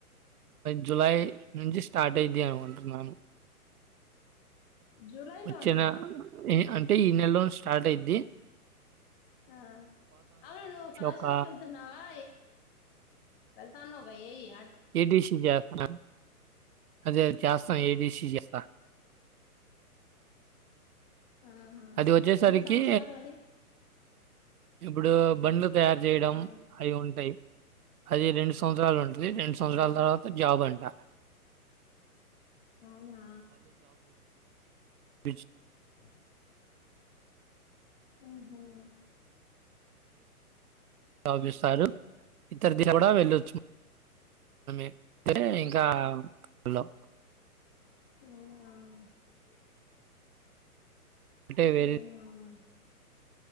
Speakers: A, on the right (about 70°); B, on the left (about 35°).
A: జులై నుంచి స్టార్ట్ అయిది అనుకుంటున్నాను
B: జూలైలోనా
A: వచ్చిన అంటే ఈ నెలలో స్టార్ట్ అయిది
B: ఆ అవును నువ్ కళాశాల
A: ఒక
B: కేళ్తున్నవా వెళ్తన్నవ్గ ఏయి య
A: ఏడీసీ చేస్తున్న అదే చేస్తాను ఏడిసి స్త
B: ఆహా
A: అది వచ్చేసరికి
B: ఎన్ని సంవత్సరాలు అది
A: ఇప్పుడు బండ్లు తయారు చేయడం
B: ఆ
A: అవి ఉంటాయి అది రెండు సంవత్సరాలు ఉంటది రెండు సంవత్సరాల
B: అవునా
A: తర్వాత జాబ్ అంట
B: అవునా
A: విజ్
B: అ ఆహ
A: జాబ్ ఇస్తారు ఇతరు దిల కూడా వెళ్ళొచ్చు అయితే ఇంకా లో
B: లేయవ
A: అంటే వె
B: అవునా